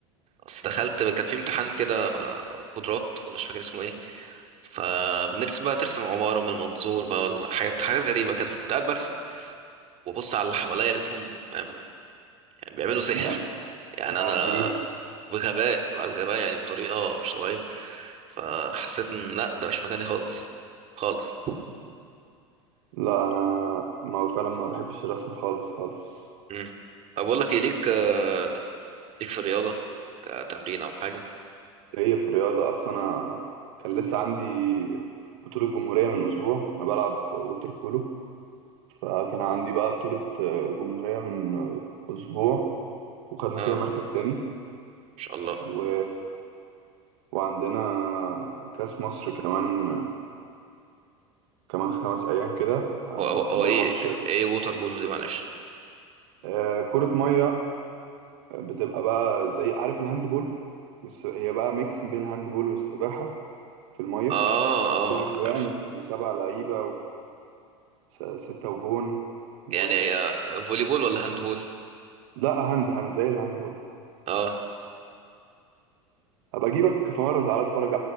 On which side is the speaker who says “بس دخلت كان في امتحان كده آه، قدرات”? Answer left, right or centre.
Right